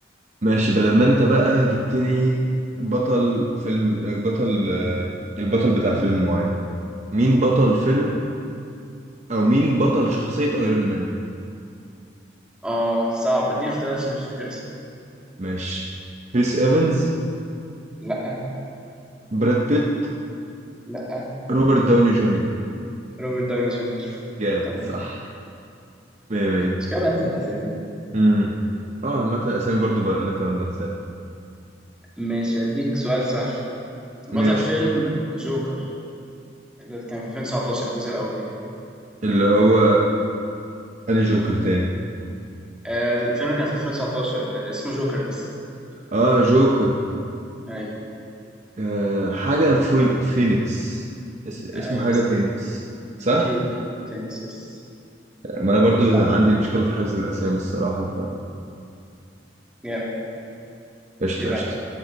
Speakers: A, on the right (about 40°); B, in the centre.
A: ماشي بدل ما أنت بقى جبت لي بطل فيلم بطل آه، البطل بتاع فيلم معين مين بطل فيلم أو مين بطل شخصية أيرون مان
B: اه صعب اديني اختيارات عشان مش فاكر اسمه
A: ماشي كريس إيفنز
B: لا
A: براد بيت
B: لا
A: روبرت داوني جونيور
B: روبرت داوني جونيور
A: جامد
B: طبعا
A: صح مية مية
B: مش كده بنسى الاسامي
A: امم اه عامة اسامي برضو بقى انا كمان بنساها
B: ماشي أديك سؤال سهل بطل
A: ماشي
B: فيلم جوكر اللي كان في 2019 الجزء الأول يعني
A: اللي هو اني جوكر تاني
B: آه، الفيلم كان في 2019 آه، اسمه جوكر بس
A: اه جوكر
B: أيوه
A: آه حاجة فين... فينيكس اس... اسمه
B: أيوه
A: حاجة فينيكس صح؟
B: خواكين خواكين فينيكس يس
A: ما انا برضو
B: صح،
A: عندي مشكلة في حفظ الاسامي الصراحة فقشطة
B: جامد
A: قشطة
B: ابعت
A: قشطة.